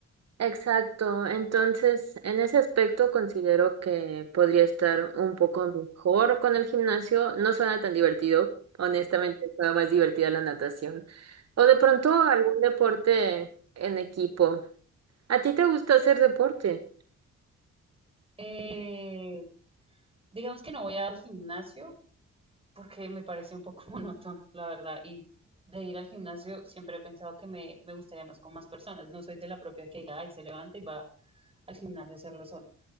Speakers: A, on the right; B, on the right.
A: Exacto. Entonces, en ese aspecto considero que podría estar un poco mejor con el gimnasio. No suena tan divertido. Honestamente, suena más divertida la natación. O de pronto algún deporte en equipo. ¿A ti te gusta hacer deporte?
B: Eh, digamos que no voy al gimnasio porque me parece un poco <laughs> monótono, la verdad. Y de ir al gimnasio siempre he pensado que me, me gustaría más con más personas. No soy de la propia que diga, ay, se levanta y va al gimnasio a hacerlo solo.